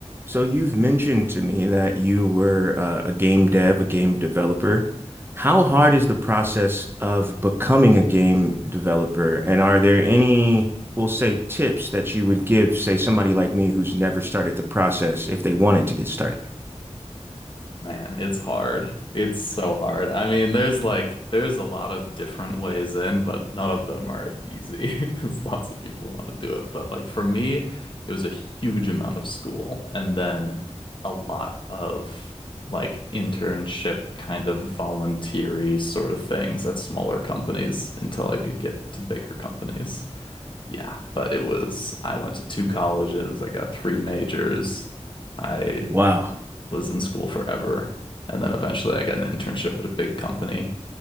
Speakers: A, on the right; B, on the left.
A: So you've mentioned to me that you were uh, a game dev, a game developer. How hard is the process of becoming a game developer? And are there any, we'll say, tips that you would give, say, somebody like me who's never started the process if they wanted to get started?
B: Man, it's hard. It's so hard. I mean, there's like there's a lot of different ways in, but none of them are easy <laughs> because lots of people want to do it. But like for me, it was a huge amount of school and then a lot of like internship kind of volunteery sort of things at smaller companies until I could get to bigger companies. Yeah, but it was I went to two colleges, I got three majors. I
A: Wow.
B: was in school forever. And then eventually I got an internship at a big company